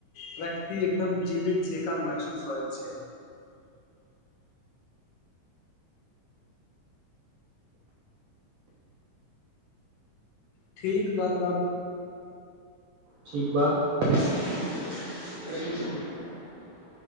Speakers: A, on the left (about 85°); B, on the right (about 80°).
A: प्रकृति एकदम जीवित जकाँ महसूस होइत छैक ठीक बात अब
B: ठीक बा <unintelligible>